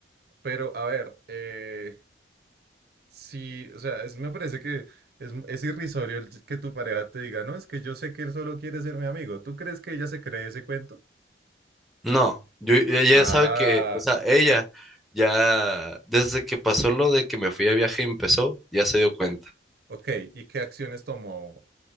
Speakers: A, on the right; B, in the centre.
A: Pero, a ver, eh, sí, o sea, es- me parece que es, es irrisorio el que tu pareja te diga, no, es que yo sé que él solo quiere ser mi amigo. ¿Tú crees que ella se cree ese cuento?
B: No, yo, ella
A: Ah,
B: sabe que, o sea, ella ya desde que pasó lo de que me fui a viaje y empezó, ya se dio cuenta.
A: ok. ¿Y qué acciones tomó